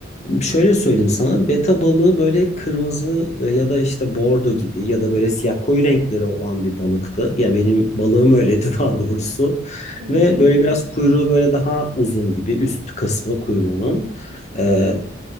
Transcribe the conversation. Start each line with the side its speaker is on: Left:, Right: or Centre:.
Left: Şöyle söyleyeyim sana beta balığı böyle kırmızı e, ya da işte bordo gibi ya da böyle siyah koyu renkleri olan bir balıktı. Ya benim balığım öyleydi <laughs> daha doğrusu.
Right: Hı hı.
Left: Ve böyle biraz kuyruğu böyle daha uzun gibi üst kısmı kuyruğunun.
Right: Hı
Left: E,
Right: hı.